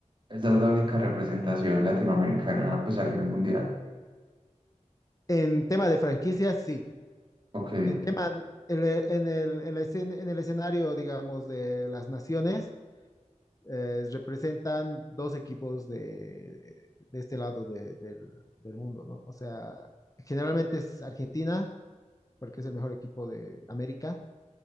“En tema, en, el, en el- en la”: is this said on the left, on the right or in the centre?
Left